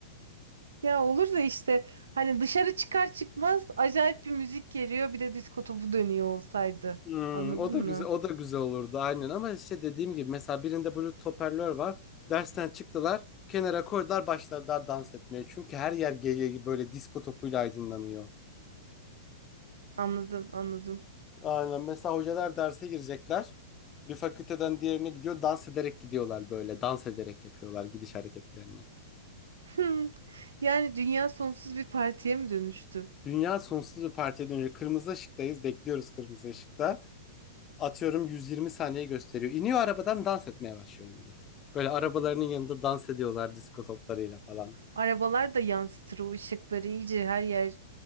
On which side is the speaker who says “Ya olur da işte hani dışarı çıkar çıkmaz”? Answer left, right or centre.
Right